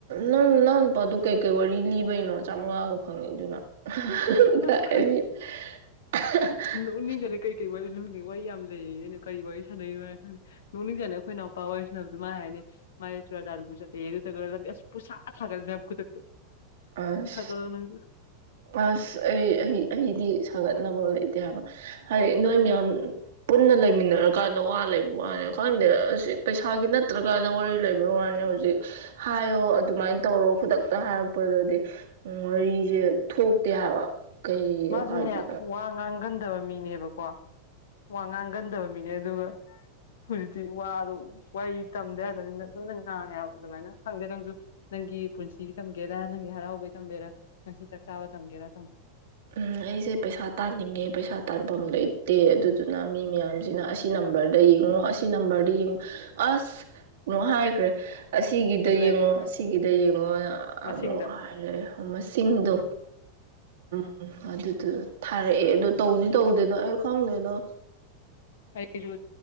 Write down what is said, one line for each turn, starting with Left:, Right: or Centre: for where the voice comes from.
Right: ꯅꯪ ꯅꯪ ꯅꯨꯄꯥꯗꯨꯣ ꯀꯩꯀꯩ ꯋꯥꯔꯤ ꯂꯤꯕꯩꯅꯣ ꯆꯥꯝꯉꯥꯒ ꯐꯪꯉꯤ ꯗꯨꯅ <unintelligible>
Left: ꯑꯁ <unintelligible> ꯀꯩ ꯀꯩ ꯋꯥꯔꯤꯅꯣ ꯈꯡꯗꯦ ꯋꯥꯔꯤ ꯌꯥꯝ ꯂꯩꯌꯦ ꯑꯩꯅ ꯀꯔꯤ ꯋꯥꯔꯤ ꯁꯥꯟꯅꯩꯅꯣ ꯍꯥꯏꯔ ꯈꯪꯗꯦ ꯅꯣꯛꯅꯤꯡꯖꯥꯅꯤ ꯑꯩꯈꯣꯏꯅꯥꯎꯄꯥ ꯋꯥꯔꯤ ꯁꯥꯟꯅꯕꯗꯣ ꯃꯥꯅ ꯍꯥꯏꯅꯦ ꯃꯥꯖꯦ ꯆꯨꯔꯆꯥꯟꯄꯨꯔ ꯆꯠꯂꯦꯋꯦ ꯑꯗꯨꯗꯨꯒ ꯑꯁ ꯄꯨꯨꯡꯁꯥ ꯁꯥꯒꯠꯂꯤꯅꯦ ꯍꯥꯏꯕ ꯈꯨꯗꯛꯇ
Right: ꯑꯁ
Left: ꯊꯒꯠꯂꯣ ꯅꯪꯖꯨ
Right: ꯑꯁ ꯑꯩ ꯑꯩ ꯑꯩꯗꯤ ꯁꯥꯒꯠꯅꯕ ꯂꯩꯇꯦ ꯍꯥꯏꯕ ꯍꯥꯏꯗꯤ ꯅꯣꯏ ꯃꯌꯥꯝ ꯄꯨꯟꯅ ꯂꯩꯃꯤꯟꯅꯔꯀꯥꯟꯗ ꯋꯥ ꯂꯩꯕ ꯋꯥꯅꯦ ꯈꯪꯗꯦ ꯑꯁ ꯄꯩꯁꯥꯒꯤ ꯅꯠꯇ꯭ꯔꯀꯥꯟꯗ ꯋꯥꯔꯤ ꯂꯩꯕ ꯕꯥꯏ ꯋꯥꯅꯦ ꯍꯧꯖꯤꯛ ꯍꯥꯏꯌꯣ ꯑꯗꯨꯃꯥꯏꯅ ꯇꯧꯔꯣ ꯈꯨꯗꯛꯇ ꯍꯥꯏ ꯊꯣꯛꯄꯗꯗꯤ ꯋꯥꯔꯤꯁꯦ ꯊꯣꯛꯇꯦ ꯍꯥꯏꯕ ꯀꯩꯣ
Left: ꯃꯥꯁꯨꯅꯦ
Right: ꯍꯥꯏꯗꯤ
Left: ꯋꯥ ꯉꯥꯡꯒꯟꯗꯕ ꯃꯤꯅꯦꯕꯀꯣ ꯋꯥ ꯉꯥꯡꯒꯟꯗꯕ ꯃꯤꯅꯦ ꯑꯗꯨꯒ ꯍꯧꯖꯤꯛꯇꯤ ꯋꯥꯗꯣ ꯋꯥ ꯇꯝꯗ ꯌꯥꯗꯅꯤꯅ ꯂꯣꯏꯅꯪ ꯉꯥꯡꯉꯦ ꯍꯥꯏꯕ ꯑꯗꯨꯃꯥꯏꯅ ꯈꯪꯗꯦ ꯅꯪꯁꯨ ꯅꯪꯒꯤ ꯄꯨꯟꯁꯤ ꯇꯝꯒꯦꯔꯥ ꯅꯪꯒꯤ ꯍꯔꯥꯎꯕꯩ ꯇꯝꯒꯦꯔꯥ ꯅꯪꯁꯤ ꯆꯥꯛ ꯆꯥꯕ ꯇꯝꯒꯦꯔꯥ
Right: ꯎꯝ ꯑꯩꯁꯦ ꯄꯩꯁꯥ ꯇꯥꯅꯤꯡꯉꯦ ꯄꯩꯁꯥ ꯇꯥꯟꯐꯝ ꯂꯩꯇꯦ ꯑꯗꯨꯗꯨꯅ ꯃꯤ ꯃꯌꯥꯝꯁꯤꯅ ꯑꯁꯤ ꯅꯝꯕꯔꯗ ꯌꯦꯡꯉꯣ ꯑꯁꯤ ꯅꯝꯕꯔꯗ ꯌꯦꯡꯉꯣ ꯑꯁ ꯑꯃꯨꯛ ꯍꯥꯏꯈ꯭ꯔꯦ ꯑꯁꯤꯒꯤꯗ
Left: ꯑꯗꯨꯅꯦ
Right: ꯌꯦꯡꯉꯣ
Left: ꯍꯥꯏꯁꯦ
Right: ꯑꯁꯤꯒꯤꯗ ꯌꯦꯡꯉꯣꯅ
Left: ꯃꯁꯤꯡꯗ
Right: ꯑꯃꯨꯛ ꯍꯥꯏꯔꯑꯦ ꯃꯁꯤꯡꯗꯣ ꯎꯝ ꯑꯗꯨꯗꯨ ꯊꯥꯔꯛꯑꯦ ꯑꯗꯣ ꯇꯧꯅꯤ ꯇꯧꯗꯣꯏꯅꯣ ꯑꯩ ꯈꯪꯗꯣꯏꯅꯣ
Left: ꯑꯩꯁꯨ